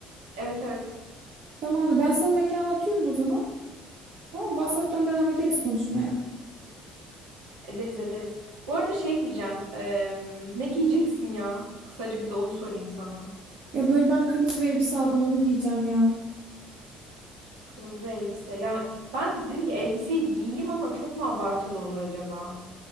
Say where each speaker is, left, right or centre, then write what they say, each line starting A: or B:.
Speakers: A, on the right; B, on the right.
A: Evet evet.
B: Tamamdır. Ben sana mekanı atıyorum o zaman. Tamam WhatsApp'tan devam ederiz konuşmaya.
A: Ederiz ederiz. Bu arada şey diyeceğim. em, ne giyeceksin ya? Kısaca bir de onu sorayım sana.
B: Ya böyle ben kırmızı bir elbise aldım onu giyeceğim ya.
A: Kırmızı elbise. Ya ben dedim ki elbiseyi giyeyim ama çok mu abartılı olur acaba?